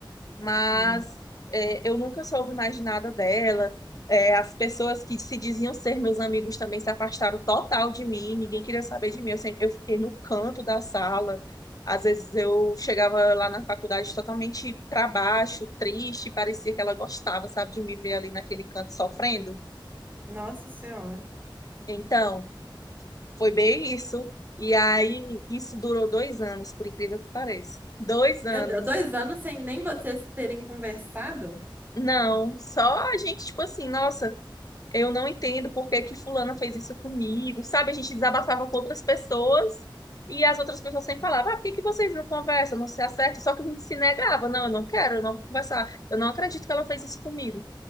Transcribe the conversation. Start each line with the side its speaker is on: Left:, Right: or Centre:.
Left: Mas
Right: Ah,
Left: é, eu nunca soube mais de nada dela. É, as pessoas que se diziam ser meus amigos também se afastaram total de mim, ninguém queria saber de mim. Eu sempre eu fiquei no canto da sala. Às vezes eu chegava lá na faculdade totalmente para baixo, triste, parecia que ela gostava, sabe, de me ver ali naquele canto sofrendo.
Right: nossa Senhora.
Left: Então. Foi bem isso. E aí, isso durou dois anos, por incrível que pareça. Dois anos.
Right: Meu Deus, dois anos sem nem vocês terem conversado?
Left: Não, só a gente, tipo assim, nossa, eu não entendo por que que fulana fez isso comigo, sabe? A gente desabafava com outras pessoas e as outras pessoas sempre falavam, ah, por que que vocês não conversam, não se acertam? Só que a gente se negava, não, eu não quero, eu não vou conversar, eu não acredito que ela fez isso comigo.